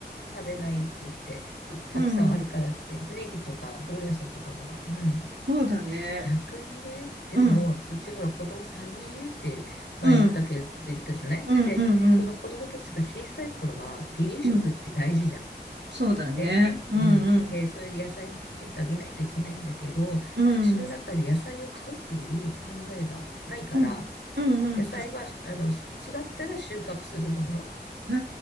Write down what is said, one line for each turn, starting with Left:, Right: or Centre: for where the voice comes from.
Left: 食べないって言って、うたくさんあるからって、
Right: うん、
Left: ネギとかほうれん草とかもだ。うん。
Right: そうだね。
Left: 逆にね、でも、
Right: うん、
Left: うちほら子供3人いるって前言ったけど、
Right: うん、
Left: 言ったじゃないで、
Right: うん、うん、
Left: その子供たちが小さい頃は離乳食って大事じゃん。
Right: うん、うん、そうだね。
Left: ね。
Right: うん、
Left: みんで、
Right: うん、
Left: それで野菜もきちんとあげないといけないんだけど、
Right: うん、
Left: 私の中で野菜を買うっていう考えがないから、
Right: うん、うん、うん。
Left: 野菜は、あの、育ったら収穫するもの。
Right: へ